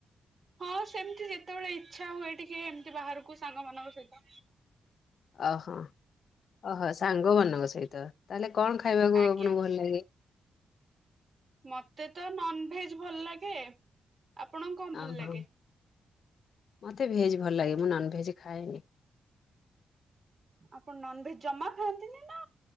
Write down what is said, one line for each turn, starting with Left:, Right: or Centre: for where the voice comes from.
Right: ହଁ ସେମିତି ଯେତେବେଳେ ଇଚ୍ଛା ହୁଏ ଟିକେ ଏମତି ବାହାରକୁ ସାଙ୍ଗ ମାନଙ୍କ ସହିତ।
Left: ଓହୋ ଓହୋ ସାଙ୍ଗମାନଙ୍କ ସହିତ ତାହେଲେ କଣ ଖାଇବାକୁ
Right: ଆଜ୍ଞା
Left: ଆପଣଙ୍କୁ ଭଲ ଲାଗେ?
Right: ମତେ ତ ନନ ଭେଜ ଭଲ ଲାଗେ ଆପଣଙ୍କୁ କଣ
Left: ଓହୋ
Right: ଭଲ ଲାଗେ?
Left: ମତେ ଭେଜ ଭଲ ଲାଗେ ମୁଁ ନନ ଭେଜ ଖାଏନି।
Right: ଆପଣ ନନଭେଜ ଜମା ଖାଆନ୍ତିନି ନା?